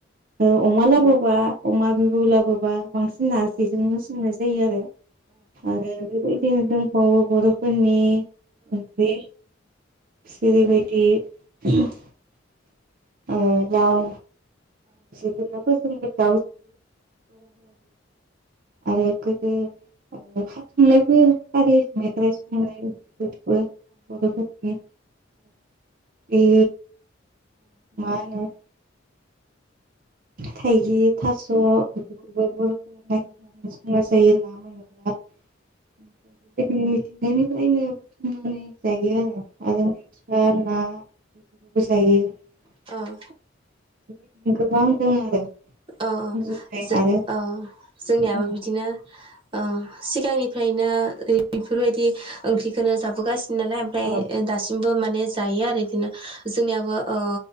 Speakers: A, on the right (about 50°); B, on the right (about 30°).
A: अमा लाबोबा बा अमा बिबु लाबोबा बांसिन नारजिजोंनो संनाय जायो आरो। आरो बेबायदिनो दंबावो बर' फोरनि ओंख्रि। सिरिबायदि <inaudible> <inaudible> लाव जोगोनारफोरजोंबो <inaudible> <inaudible> आरो गोदो ओ खाथुमनायफोर हारि मेख्राइ संनायबो बर'फोरनि ओ ए मा होनो थाइगिर, थास' बेफोरखौबो बर'फोरा नागिरनानै संना जायो ना मोनोब्लाबा <inaudible> <inaudible> निफ्रायनो बुथुमनानै जायो आरो आरो मैथा ना बेफोरखौबो जायो। बेबायदिनो
B: औ
A: गोबां <inaudible>
B: औ औ
A: बुंजोबनाय
B: जे
A: आरो
B: औ जोंनियाबो
A: औ
B: बिदिनो औ सिगांनिफ्रायनो बेफोरबायदि ओंख्रिखौनो जाबोगासि नालाय ओमफ्राय
A: औ
B: दासिमबो माने दायो आरोदिनो जोंनियाबो ओ